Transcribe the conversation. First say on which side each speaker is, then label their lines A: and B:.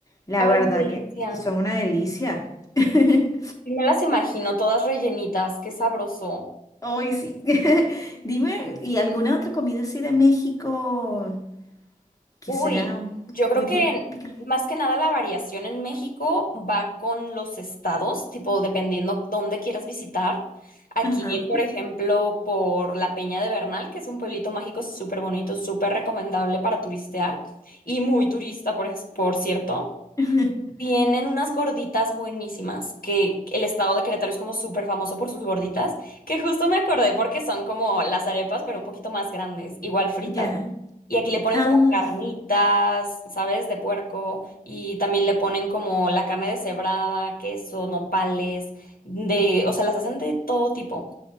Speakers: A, on the left (about 20°); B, on the left (about 75°).
A: La
B: Ay,
A: verdad
B: qué delicia.
A: que, que son una delicia. <laughs>
B: Y me las imagino todas rellenitas, qué sabroso.
A: Hoy sí. <laughs> Dime, ¿y alguna otra comida así de México? que
B: Uy,
A: sea
B: yo creo
A: muy
B: que
A: típica.
B: más que nada la variación en México va con los estados, tipo dependiendo dónde quieras visitar. Aquí,
A: Ajá.
B: por ejemplo, por la Peña de Bernal, que es un pueblito mágico súper bonito, súper recomendable para turistear y muy turista, por, es- por cierto.
A: <laughs>
B: Tienen unas gorditas buenísimas, que el estado de Querétaro es como súper famoso por sus gorditas, que justo me acordé porque son como las arepas, pero un poquito más grandes, igual fritas.
A: Ya.
B: Y aquí le ponen
A: Ay,
B: como carnitas, ¿sabes? De puerco, y también le ponen como la carne deshebrada, queso, nopales, de, o sea, las hacen de todo tipo.